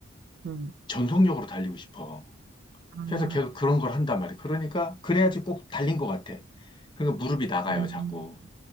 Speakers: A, on the right (about 70°); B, on the left (about 25°).
A: 음.
B: 전속력으로 달리고 싶어.
A: 아,
B: 그래서 계속 그런 걸 한단 말이야. 그러니까 그래야지 꼭 달린 것 같아. 그러니까 무릎이 나가요,
A: 음.
B: 자꾸.